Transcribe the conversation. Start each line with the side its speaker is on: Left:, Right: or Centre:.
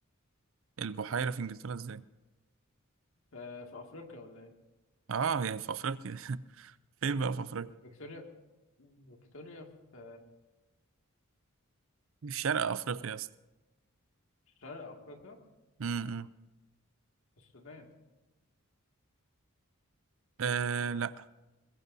Right: البحيرة في إنجلترا إزاي؟
Left: في في افريقيا ولا ايه
Right: آه هي في أفريقيا <laughs> فين بقى في أفريقيا؟
Left: فيكتوريا فيكتوريا في
Right: في شرق أفريقيا يا اسطى
Left: في شرق افريقيا
Right: امم
Left: في السودان
Right: آه لا